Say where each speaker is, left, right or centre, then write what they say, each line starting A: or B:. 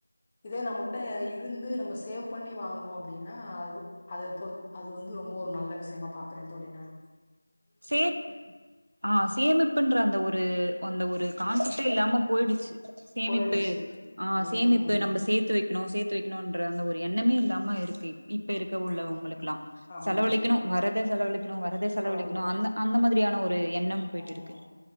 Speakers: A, on the left; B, on the right.
A: இதே நம்மகிட்ட இருந்து நம்ம சேவ் பண்ணி வாங்குனோ அப்டின்னா அது அது பொறுத் அது வந்து ரொம்ப ஒரு நல்ல விஷயமா பாக்குறே தோழி நானு
B: சேத் ஆ சேமிப்புன்ற அந்த ஒரு அந்த ஒரு கான்செப்ட்டே இல்லாம போயிடிச்சு சேமிப்பு
A: போயிடுச்சு.
B: ஆ
A: ம்.
B: சேமிப்பு நம்ப சேத்து வெக்கணும் சேத் து வெக்கணுன்ற அந்த ஒரு எண்ணமே இல்லாம இருக்கு இப் ப இருக்க உள்ளவங்களுக்குள்லா
A: ஆமா, ஆமாங்க.
B: செலவழிக்கணு வரத செலவழிக்கணு வரத செலவழிக்கணு
A: செலவழிக்
B: அந்த அந்த மாதிரியான ஒரு எண்ணம் போய்ட்டு
A: ம்
B: இருக்கு